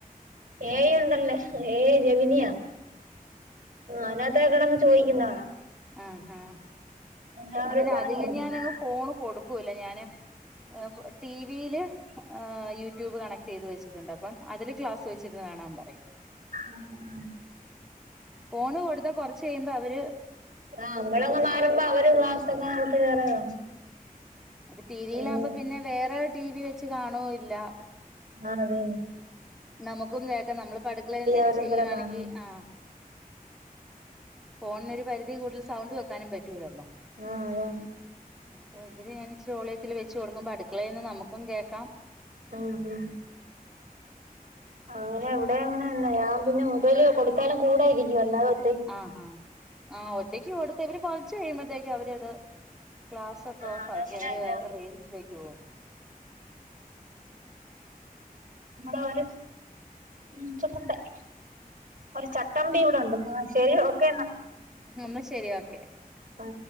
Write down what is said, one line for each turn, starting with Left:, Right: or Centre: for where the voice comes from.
Right: ഏ ഐ ഉണ്ടല്ലേ ഏയ് ജമിനിയാ അനാത്തൊക്കെ കിടന്ന് ചോദിക്കുന്ന കാണാം
Centre: ആഹ് ഹാ
Right: അങ്ങനെ
Centre: ഞാൻ
Right: അവരും
Centre: പിന്നെ
Right: പറഞ്ഞു
Centre: അധികം
Right: കൊടുക്കും
Centre: ഞാനങ്ങ് ഫോണ് കൊടു ക്കൂല ഞാന് ഏ പൊ ടീവീല് ഏ യൂടൂബ് കണക്ടെയ്ത് വെച്ചിട്ട്ണ്ട് അപ്പം അതില് ക്ലാസ്സ് വെച്ചിര്ന്ന് കാണാൻ പറയും
Right: ഉം ഉം
Centre: ഫോണ് കൊട്ത്താ കൊറച്ച് കയ്യ്മ്പാെ അവര്
Right: ആഹ് അമ്മളെ മ്മമാരൊന്നും അവര് ക്ലാസ്സൊക്കെ നിർത്തി വേറെ കാണും
Centre: അത് ടീവിയിലാവുമ്പ
Right: ഉം
Centre: പിന്നെ വേറെ ടീവി വെച്ച് കാണൂ ഇല്ലാ
Right: ആന്നല്ലേ
Centre: നമുക്കും കേക്കാം നമ്മള്പ്പോ അട്ക്കളേലെന്തേലും
Right: അവരെന്തരാ
Centre: ചെയ്യുവാണെങ്കി
Right: കാണുന്നെ
Centre: ആഹ് ഫാേൺനൊരു പരിധി കൂട്തൽ സൗണ്ട് വെക്കാനും പ റ്റൂലല്ലോ
Right: ആഹ് അതാണ്
Centre: അ ഇത് ല് ഞാന് ഇച്ചിരിവോളിയത്തില് വെച്ച് കൊട്ക്കുമ്പോ അട്ക്കളേന്ന് നമുക്കും കേക്കാം
Right: ഉം ഉം അങ്ങനെ ഇവ്ടെ അങ്ങനെ തന്നെ ഞാൻ പിന്നെ മുബൈല് കൊട്ത്താലും കൂടെയിരിക്കും അല്ലാതെ ഒ
Centre: ആഹ് ആഹ് ആഹ് ഒറ്റയ്ക്ക് കൊട്ത്താ ഇവര് പ ച്ച് കഴിമ്പോത്തേക്കും അവരത് ക്ലാസ്സ്‌ ഒക്കെ
Right: ആഹ്
Centre: ഓഫ്
Right: അതങ്ങനെ
Centre: ആക്കി അവര്
Right: തന്നെ
Centre: റീൽസി ലേക്ക് പോകും
Right: നമ്മടെ ഒരു പൂച്ചക്കുട്ടൻ ഒരു ചട്ടമ്പി ഇവിടൊണ്ട് ആ ശരി ഓക്കെ എന്നാ
Centre: എന്നാ ശരി ഓക്കെ
Right: ആ